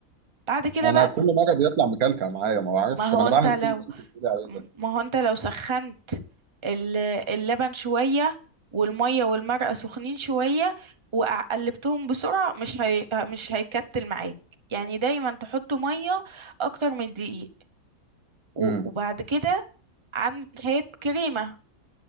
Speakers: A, on the right; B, on the right.
A: بعد كده
B: ما انا
A: بقى
B: كل مره بيطلع مكلكع معايا ما بعرفش
A: ما
B: طب
A: هو
B: انا
A: أنت
B: بعمل
A: لو
B: كل اللي انت بتقولي عليه ده
A: ما هو أنت لو سخّنت ال اللبن شوية والمَيّة والمرقة سخنين شوية وقع قلّبتهم بسرعة مش هي مش هيكتّل معاك، يعني دايمًا تحط مَيّة أكتر من الدقيق و
B: امم
A: وبعد كده عن هات كريمة